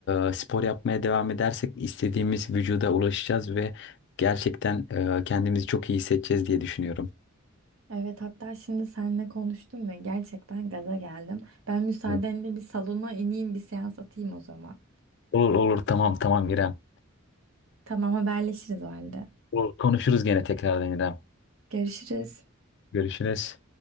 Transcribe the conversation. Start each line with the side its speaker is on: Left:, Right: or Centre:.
Left: e, spor yapmaya devam edersek istediğimiz vücuda ulaşacağız ve gerçekten e, kendimizi çok iyi hissedeceğiz diye düşünüyorum.
Right: Evet hatta şimdi seninle konuştum ve gerçekten gaza geldim. Ben müsaadenle
Left: Evet.
Right: bir salona ineyim bir seans atayım o zaman.
Left: Olur olur tamam tamam İrem.
Right: Tamam haberleşiriz o halde.
Left: Olur. Konuşuruz gene tekrardan İrem.
Right: Görüşürüz.
Left: Görüşürüz.